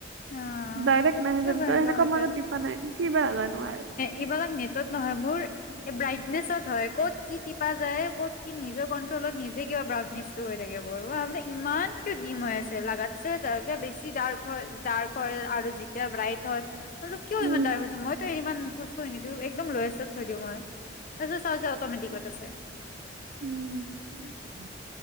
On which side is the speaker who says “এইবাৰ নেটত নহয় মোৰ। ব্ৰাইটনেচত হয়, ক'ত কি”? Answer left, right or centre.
Left